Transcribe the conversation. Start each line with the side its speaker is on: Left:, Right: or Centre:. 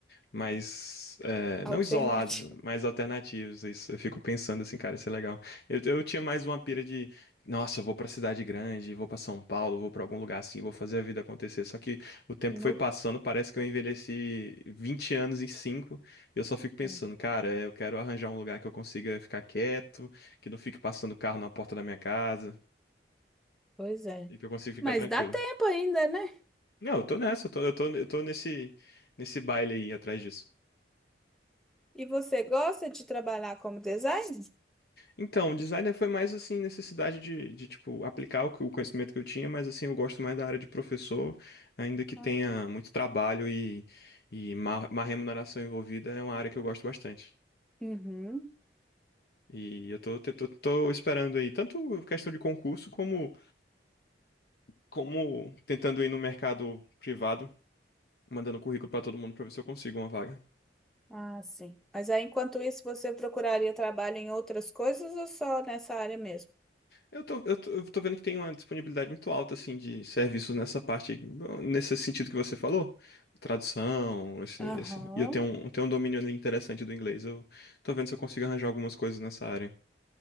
Left: mais, é,
Centre: alternativo.
Left: não isolados,
Centre: <laughs>
Left: mas alternativos. Isso, eu fico pensando assim, cara, isso é legal. Eu, eu tinha mais uma pira de, nossa, eu vou pra cidade grande, vou pra São Paulo, vou pra algum lugar assim, vou fazer a vida acontecer. Só que o tempo
Centre: Nu.
Left: foi passando, parece que eu envelheci 20 anos em 5. e eu só fico pensando,
Centre: É,
Left: cara, é, eu quero arranjar um lugar que eu consiga ficar quieto, que não fique passando carro na porta da minha casa,
Centre: Pois é.
Left: e que eu consiga ficar
Centre: Mas
Left: tranquilo.
Centre: dá tempo ainda, né?
Left: Não, eu tô nessa, eu tô, eu tô, eu tô nesse, nesse baile aí atrás disso.
Centre: E você gosta de trabalhar como designer?
Left: Então, designer foi mais assim, necessidade de, de tipo, aplicar o, que- o conhecimento que eu tinha, mas assim, eu gosto mais da área de professor, ainda que
Centre: Ah.
Left: tenha muito trabalho e, e má, má remuneração envolvida, é uma área que eu gosto bastante.
Centre: Uhum.
Left: E eu tô, te- tô, tô esperando aí, tanto questão de concurso, como, como tentando ir no mercado privado, mandando currículo pra todo mundo pra ver se eu consigo uma vaga.
Centre: Ah, sim. Mas aí, enquanto isso, você procuraria trabalho em outras coisas ou só nessa área mesmo?
Left: Eu tô, eu tô, eu tô vendo que tem uma disponibilidade muito alta, assim, de serviços nessa parte, aí, nesse sentido que você falou, tradução, esse,
Centre: Aham.
Left: esse- e eu tenho um, tenho um domínio ali interessante do inglês, eu tô vendo se eu consigo arranjar algumas coisas nessa área.